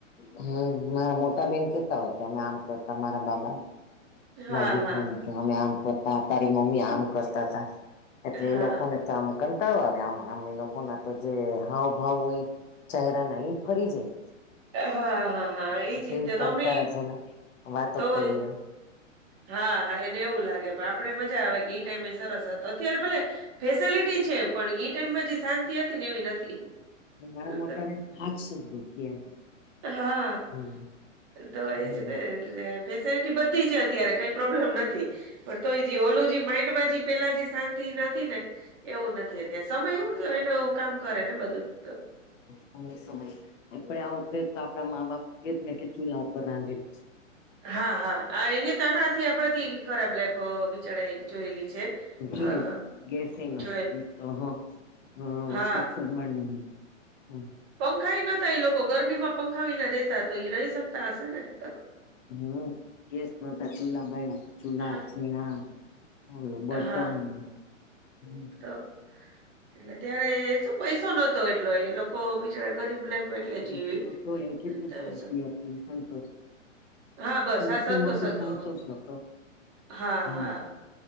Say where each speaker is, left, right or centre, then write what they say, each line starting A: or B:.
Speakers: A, on the left; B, on the right.
A: હમ્મ. મારા મોટા બહેન કેતા હોય કે અમે આમ કરતા મારા બાબા.
B: હા,
A: મા દીકરા
B: હા,
A: ને કહે, અમે આમ કરતા, તારી મમ્મી આમ કરતા તા. એટલે
B: હા.
A: એ લોકોને તો આમ કંટાળો આવે આમ, આમ એ લોકો ના તો જે હાવ ભાવ હોય, ચહેરા ના ઈ ફરી જાય.
B: હા, હા, હા
A: કે
B: એ જ,
A: કેવી
B: તો
A: કંટાળાજનક
B: તમેય
A: વાતો
B: તોય
A: ખોલી એમ
B: હા, હા એને એવું લાગે, પણ આપડે મજા આવે કે ઈ ટાઈમે એય સરસ હતો. અત્યારે ભલે ફેસિલિટી છે, પણ ઈ ટાઈમમાં જે શાંતિ હતી ને એવી નથી.
A: મારા મોટા
B: તો,
A: મે આજ સુધી કયે એમ.
B: હા,
A: હમ
B: તો એજ
A: હમ
B: ને. એ ફેસિલિટી બધી છે અત્યારે કંઈ પ્રોબ્લેમ નથી. પણ તોય ઓલું જી માઈન્ડમાં જી પેલા જી શાંતિ નથી ને, એવું નથી અત્યારે. સમય હું એનું કામ કરે ને બધું તો
A: સમય-સમય આપડે આવું ક તો આપડા મા-બાપ કે ને કે ચૂલા ઉપર રાંધેલું છે.
B: હા, હા. એની તો આનાથી આપડેથી ખરાબ લાઈફ બિચાર જોયેલી છે.
A: જુલી,
B: હા
A: ગેસ ના
B: જોએ
A: થાય તો હ. <unintelligible>
B: હા
A: હમ્મ.
B: પંખાાઈ નતા ઈ લોકો ગરમીમાં પંખાવીને રેતા, તો ઈ રહી શકતા હશે ને. તો
A: હમ્મ, ગેસ નતા ચૂલા બાયળા, ચૂલા,
B: હા
A: છેણા ઓલું બળતણ,
B: હા
A: હમ્મ.
B: તો એટલે ત્યારે શું પૈસો નહતો એટલો, એ લોકો બિચારા ગરીબ લાઈફ એટલે
A: મને
B: જીવી
A: <unintelligible> એમ કેત ને
B: સત્તાવીસ
A: શાંતિ
B: સો.
A: હતી, સંતોષ
B: હા બસ
A: સૌથી
B: હા, સંતોષ
A: મોટું
B: હતો.
A: સંતોષ હતો
B: હા,
A: હમ
B: હા,